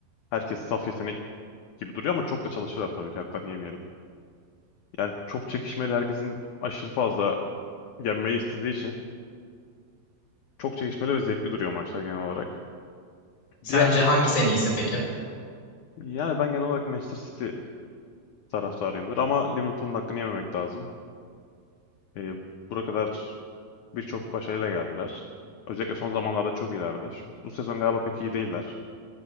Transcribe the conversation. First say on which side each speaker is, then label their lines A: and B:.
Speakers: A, on the left; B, on the left.
A: Herkes saf yetenek gibi duruyor ama çok da çalışıyorlar tabii ki haklarını yemeyelim. Yani çok çekişmeli herkesin aşırı fazla yenmeyi istediği için çok çekişmeli ve zevkli duruyor maçlar genel olarak.
B: Sence
A: Diğer şey,
B: hangisi en iyisi peki?
A: yani ben genel olarak Manchester City taraftarıyımdır. Ama Liverpool'un hakkını yememek lazım. E, bura kadar birçok başarıyla geldiler. Özellikle son zamanlarda çok iyilerdi. Şu- Bu sezon galiba pek iyi değiller.